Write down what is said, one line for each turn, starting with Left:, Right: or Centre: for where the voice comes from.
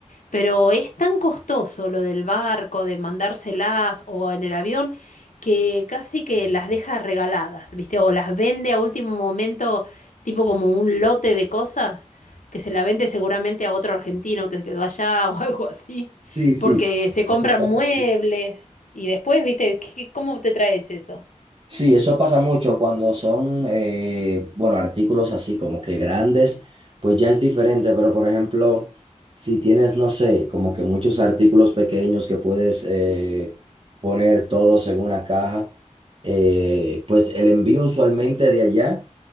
Left: Pero es tan costoso lo del barco, de mandárselas o en el avión, que casi que las deja regaladas, ¿viste? O las vende a último momento, tipo como un lote de cosas, que se la vende seguramente a otro argentino que se quedó allá <laughs> o algo así,
Right: Sí, sí,
Left: porque se compran
Right: eso pasa.
Left: muebles y después, ¿viste? ¿Qué- qué- ¿Cómo te traes eso?
Right: Sí, eso pasa mucho cuando son, eh, bueno, artículos así como que grandes, pues ya es diferente, pero por ejemplo, si tienes, no sé, como que muchos artículos pequeños que puedes eh, poner todos en una caja, eh, pues el envío usualmente de allá.